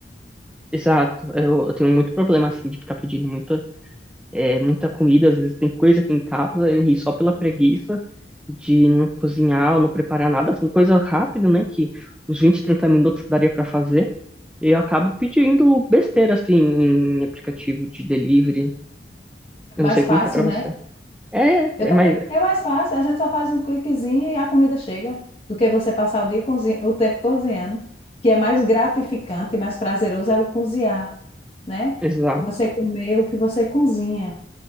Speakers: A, in the centre; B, on the left (about 30°).
A: Exato. Eu, eu tenho muito problema assim de ficar pedindo muita, é, muita comida, às vezes tem coisa aqui em casa e só pela preguiça de não cozinhar ou não preparar nada, assim, coisa rápida, né, que uns 20 30 minutos daria para fazer. Eu acabo pedindo besteira assim em aplicativo de delivery. Eu
B: Mais
A: não sei
B: fácil,
A: como que é para você.
B: né?
A: É,
B: Eu também.
A: é mais
B: É mais fácil. A gente só faz um cliquezinho e a comida chega. Do que você passar o dia cozi... o tempo cozinhando. Que é mais gratificante e mais prazeroso é o cozinhar, né?
A: exato.
B: Você comer o que você cozinha.